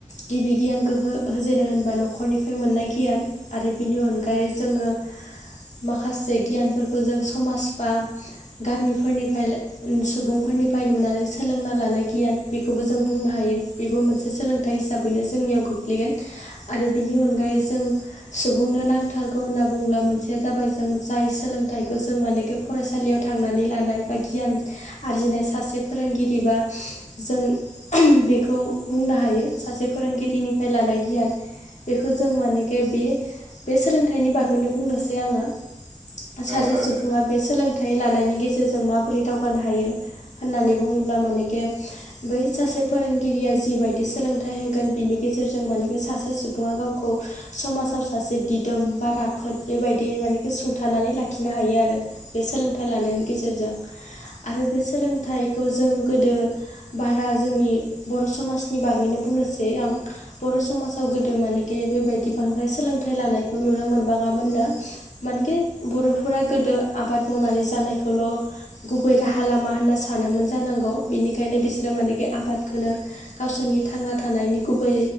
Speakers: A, on the left (about 65°); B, on the right (about 70°).
A: गिबि गियानखौ हो होजेनो होनबा नखरनिफ्राय मोननाय गियान। आरो बिनि अनगायै जोङो माखासे गियानफोरखौ जों समाज बा गामिफोरनिफ्राय सुबुंफोरनिफ्राय नुनानै सोलोंना लानाय गियान बेखौबो जों बुंनो हायो बेबो मोनसे सोलों थाइ हिसाबैनो जोंनियाव गोग्लैगोन। आरो बिनि अनगायै जों सुबुंनो नांथारगौ होनना बुंब्ला मोनसेया जाबाय जों जाय सोलोंथाइखौ जों माने गो फरायसालियाव थांनानै लानाय बा गियान आरजिनाय सासे फोरोंगिरिबा जों बेखौ बुंनो हायो सासे फोरोंगिरिनिफ्राय लानाय गियान। बेखौ जों मानेखे बे बे सोलोंथाइनि बागैनो बुंनोसै आङो। सासे
B: औ जागोन
A: सुबुङा
B: दे
A: बे सोलोंथाइ लानायनि गेजेरजों माबोरै दावगानो हायो होननानै बुङोब्ला माने के बै सासे फोरोंगिरिया जिबायदि सोलोंथाइ होगोन बिनि गेजेरजों माने बे सासे सुबुङा गावखौ समाजाव सासे दिदोम बा राफोद बेबायदि माने बेखौ सुंथानानै लाखिनो हायो आरो बे सोलोंथाइ लानायनि गेजेरजों। आरो बे सोलोंथाइखौ जों गोदो बारा जोंनि बर' समाजनि बागैनो बुंनो <unintelligible> आं बर' समाजाव गोदो मानेखि बेबायदि बांद्राय सोलोंथाइ लानायखौ नुनो मोनबाङा मोनना। माने के बर'फोरा गोदो आबाद मावनानै जानायखौल' गुबै राहा लामा होनना सानोमोन जानांगौ। बिनिखायनो बिसोरो मानेखि आबादखोनो गावसोरनि थांना थानायनि गुबै